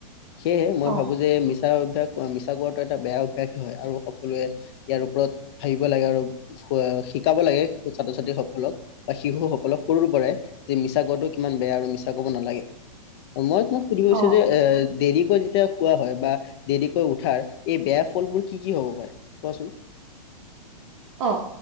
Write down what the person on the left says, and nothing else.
সেয়েহে মই
ভাবো যে মিছ ছা অভ্যাস <unintelligible> মিছা কোৱাটো এটা বেয়া অভ্যাস হয় আৰু সকলোৱে ইয়াৰ ওপৰত ভাবিব লাগে, আৰু <unintelligible> শিকাব লাগে ছাত্ৰ ছাত্ৰী সকলক বা শিশু সকলক সৰুৰ পৰাই যে মিছা কোৱাটো কিমান বেয়া আৰু মিছা ক'ব নালাগে <unintelligible> মই মই সুধিব
বিচাৰিছোঁ এ যে দেৰি কৈ যেতিয়া খোৱা হয় বা দেৰিকৈ উঠাৰ এই বেয়া ফলবোৰ কি কি হ'ব পাৰে, কোৱাচোন?